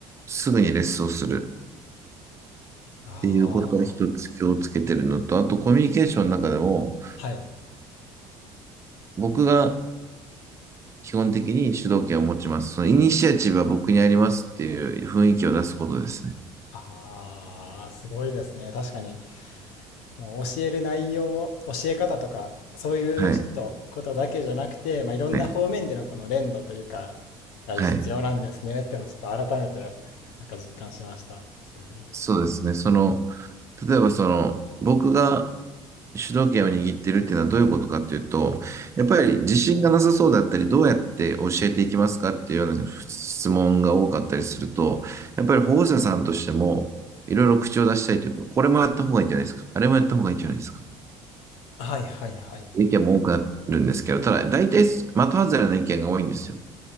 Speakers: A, on the right (about 30°); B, on the left (about 80°).
A: すぐにレッスンをする
B: あ
A: っていうことは一つ気をつけてるのと、あとコミュニケーションの中でも、
B: あ、はい。
A: 僕が基本的に主導権を持ちます。そのイニシアチブは僕にありますっていう雰囲気を出すことですね。
B: ああ、すごいですね。確かに。もう教える内容、教え方とか、そういうちょっとことだけじゃなくて、
A: はい。
B: まあ、いろんな方面でのこの連動というか、
A: はい。
B: が必要なんですねっていうのをちょっと改めて、
A: はい。
B: なんか実感しました。そういうフリーランス。
A: そうですね。その、例えばその、僕が主導権を握ってるっていうのはどういうことかっていうと、やっぱり自信がなさそうだったり、どうやって教えていきますかっていうような質問が多かったりすると、やっぱり保護者さんとしても、いろいろ口を出したいというか、これもやった方がいいんじゃないですか、あれもやった方がいいんじゃないですか、
B: はいはいはい。
A: 意見も多くなるんですけど、ただ、大体、的外れな意見が多いんですよ。